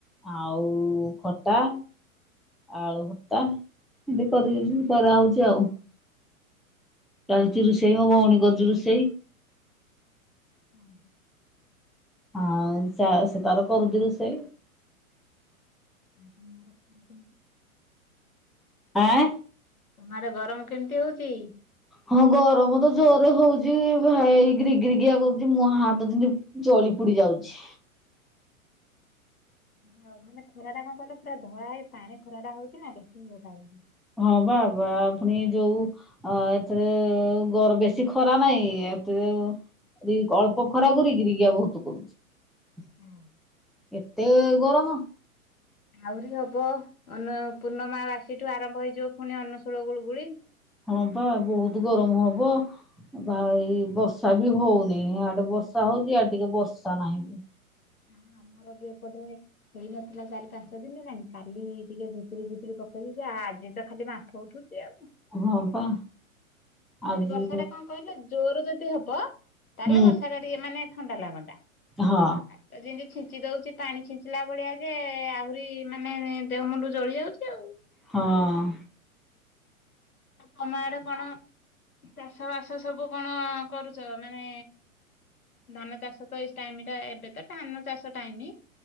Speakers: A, in the centre; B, on the left.
A: ଆଉ ଖଟା ଆଳୁ ଭତ୍ତା ଏମତି କରିଦେଇଛନ୍ତି କରା ହଉଛି ଆଉ, ଚାଲିଛି ରୁଷେଇ ମୋ ଭଉଣୀ କରୁଛି ରୁଷେଇ
B: ଆଉ
A: ଆଉ ଚା ସେ ତାର କରୁଛି ରୁଷେଇ
B: ଆଉ ତମର <inaudible>
A: ଆଁ
B: ତମଆଡେ ଗରମ କେମିତି ହଉଚି?
A: ହଁ ଗରମ ତ ଜୋରେ ହଉଛି ଏଇ ଭାଇ ରିଗିରିଗିଆ କରୁଚି ମୁଁହ ହାତ ଯେମିତି ଜଳି ହୁଡି ଯାଉଛି।
B: ହ ମାନେ ଖରା ଟା କଣ କହିଲ ପୁରା ଧଳା ହେଇ ପାଣି ଖରା ଟା ହଉଛି ନା ବେଶୀ ଗରମ ହେଉଛି।
A: ହଁ ବା ବା ଫୁଣି ଯୋଉ ଏଥିରେ ଗର ବେଶୀ ଖରା ନାହିଁ ଏତେ ଦି ଅଳ୍ପ ଖରା ଗିରିଗିରିଆ ବହୁତ କରୁଛି।
B: ହଁ
A: ଏତେ ଗରମ
B: ଆହୁରି ହବ ଅନ୍ନ ପୂର୍ଣ୍ଣମା ବାସୀ ଠୁ ଆରମ୍ଭ ହେଇଯିବ ପୁଣି ଅନ୍ନଶୂଳ ଗୁଳୁଗୁଳି।
A: ହଁ ପା ବହୁତ ଗରମ ହବ ବା ଏଇ ବର୍ଷା ବି ହଉନିଆଡେ ବର୍ଷ ବର୍ଷା ହଉଛି ୟାଡେ ଟିକେ ବର୍ଷା ନାହିଁ।
B: ହଁ ଆମର ବି ଅପଟରେ ହେଇନଥିଲା ଚାରି ପାଞ୍ଚ ଦିନି ହେଲାଣି କାଲି ଟିକେ ଝିପିର ଝିପିର ପକେଇଦିଆ ଆଜି ତ ଖାଲି ବାମ୍ଫ ଉଠୁଛି।
A: ହଁ ପା ଆଜି
B: ଯଦି ବର୍ଷା ଟା କଣ କହିଲ ଜୋର ଯଦି ହବ, ତାହେଲେ
A: ହୁଁ
B: ବର୍ଷା ଟା ଟିକେ ମାନେ ଥଣ୍ଡା ଲାଗନ୍ତା।
A: ହଁ।
B: ତ ଯେମିତି ଛିଞ୍ଚି ଦଉଛି ପାଣି ଛିଞ୍ଚିଲା ଭଳିଆ ଯେ ଆହୁରି ମାନେ ଦେହ ମୁଣ୍ଡ ଜଳି ଯାଉଛି ଆଉ।
A: ହଁଅ
B: ଆଉ ତମ ଆଡେ କଣ? ଚାଷ ବାସ ସବୁ କଣ କରୁଛ ମାନେ ଧାନ ଚାଷ ତ ଏଇ ଟାଇମିଟା, ଏବେ ତ ଧାନ ଚାଷ ଟାଇମି